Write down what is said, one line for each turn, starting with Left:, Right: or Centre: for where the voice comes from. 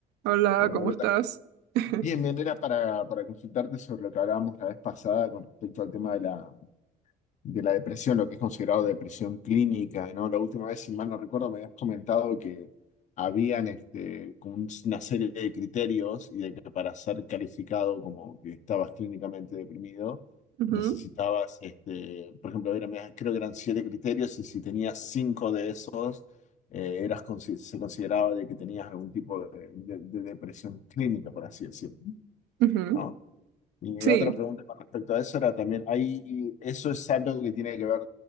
Right: Hola,
Left: Ahora,
Right: ¿cómo
Left: Beta.
Right: estás? <laughs>
Left: Bien, bien, era para, para consultarte sobre lo que hablábamos la vez pasada con respecto al tema de la, de la depresión, lo que es considerado depresión clínica, ¿no? La última vez, si mal no recuerdo, me habías comentado que habían este, como un- una serie de criterios y de que para ser calificado como que estabas clínicamente deprimido,
Right: Ujú,
Left: necesitabas, este, por ejemplo, eran- creo que eran siete criterios y si tenías cinco de esos, eh, eras, consi- se consideraba de que tenías algún tipo de, de- de depresión clínica, por así decirlo.
Right: ujú.
Left: ¿no? Y mi
Right: Sí,
Left: otra pregunta con respecto a eso era también, ¿hay, eso es algo que tiene que ver